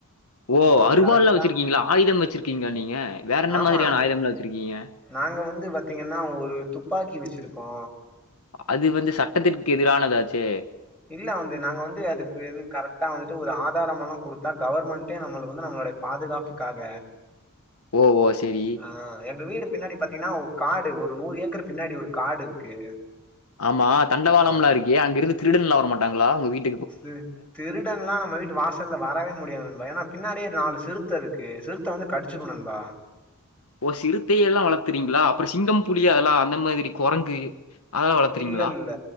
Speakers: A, on the left; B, in the centre.
A: ஓ
B: நம்ம
A: அறுவாள்லா
B: கரெக்டா
A: வச்சிருக்கீங்களா ஆயுதம் வச்சிருக்கீங்களா நீங்க வேற என்ன
B: ஆமா
A: மாரியான ஆயுதம் எல்லா வச்சிருக்கீங்க
B: நாங்க வந்து பாத்தீங்ன்னா ஒரு துப்பாக்கி வச்சிருக்கோ
A: அது வந்து சட்டத்திற்கு எதிரானதாச்சே
B: இல்ல வந்து நாங்க வந்து அதுக்கு கரெக்டா வந்துட்டு ஒரு ஆதாரம் எல்லாம் கொடுத்தா கவர்மெண்ட்டே நம்மளுக் வந்து நம்மளோட பாதுகாப்புக்காக
A: <unintelligible> ஓ! சரி.
B: ஆ எங்க வீடு பின்னாடி பாத் தினா காடு ஒரு நூறு ஏக்கர் பின்னாடி ஒரு காடு இருக்கு
A: ஆமா தண்டவாளம்ல
B: ஆ
A: இருக்கே அங்கிருந்து திருடன்லா வரமாட்டாங்களா உங்க வீட்
B: ம் திருடன்லா நம்ம வீட்டு வாச ல்ல வரவே முடியாது நண்பா ஏன்னா பின்னாடியே நாலு சிறுத்த இருக்கு சிறுத்த வந்து கடிச்சிரு நண்பா
A: ஓ சிறுத்தையல்லா வளத்துறீங்களா அப்புற சிங்கம் புளி அதெல்லா அந்த மாரி குரங்கு அதெல்லாம் வளர்த்துறீங்களா?
B: இல்லல்ல